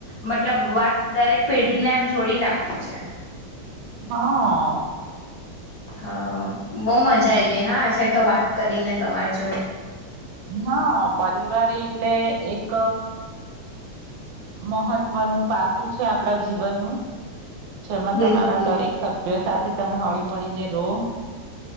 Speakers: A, on the left; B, on the right.
A: મતલબ વાત દરેક પેઢીને એમ જોડી રાખે છે.
B: હા હા.
A: હ બહ મજા આઈ ગઈ હા છે તો વાત કરીને તમાર જોડે.
B: હ પરવારે એ એટલે એક મહત્વનું પાસું છે આપણા જીવનનું. જેમાં
A: બિલકુલ.
B: તમારા દરેક સભ્ય સાથે. તમે હળી મળળીને રો